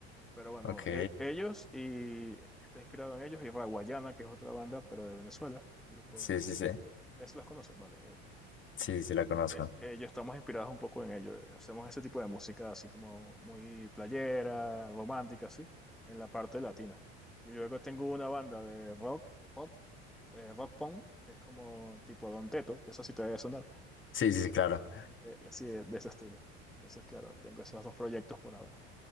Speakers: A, in the centre; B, on the left.
A: Pero bueno,
B: Ok.
A: e- ellos y está inspirado en ellos y Raguayana, que es otra banda, pero de Venezuela, un grupo
B: Sí,
A: de...
B: sí, sí.
A: Eso las conoces, vale. Eh,
B: Sí, sí, la conozco.
A: eh, ellos estamos inspirados un poco en ellos. Hacemos ese tipo de música así como muy playera, romántica, así, en la parte latina. Y luego tengo una banda de rock, pop, eh, rock punk, que es como tipo Don Teto, que eso sí te debe sonar.
B: Sí, sí, sí, claro.
A: eh, así de, de ese estilo. Entonces, claro, tengo esos dos proyectos por ahora.